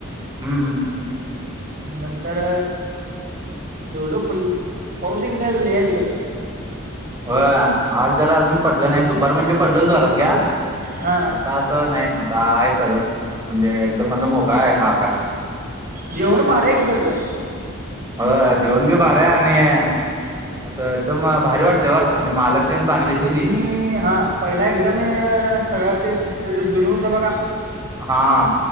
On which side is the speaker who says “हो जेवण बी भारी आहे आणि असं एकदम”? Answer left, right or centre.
Right